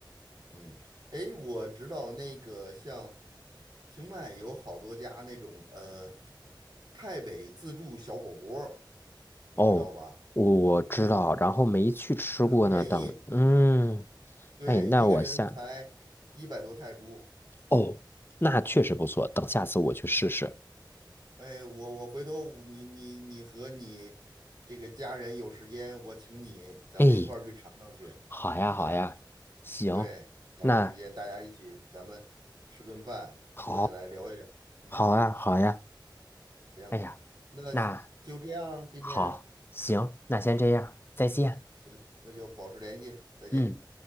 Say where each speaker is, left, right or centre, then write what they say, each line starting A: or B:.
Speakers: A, on the right; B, on the left.
A: 嗯。哎，我知道那个像清迈有好多家那种呃，泰北自助小火锅儿你知道吧？
B: 哦，我知道，
A: 嗯，
B: 然后没去吃过呢。
A: 很便宜，
B: 等，嗯，
A: 对，
B: 哎，那我下，
A: 一个人才一百多泰铢。
B: 哦，那确实不错，等下次我去试试。
A: 哎，我我回头你你你和你这个家人有时间，我请你，咱们一块儿去尝尝去。
B: 哎，好呀，
A: 嗯，
B: 好呀，行，
A: 对，找个时间大家一起，
B: 那
A: 咱们吃顿饭，
B: 好，
A: 坐下来聊一聊。嗯，
B: 好呀，好呀，
A: 行，
B: 哎呀，
A: 那
B: 那
A: 就这样，今天
B: 好，行，那先这样，再见。
A: 行，那就保持联系，再见。
B: 嗯，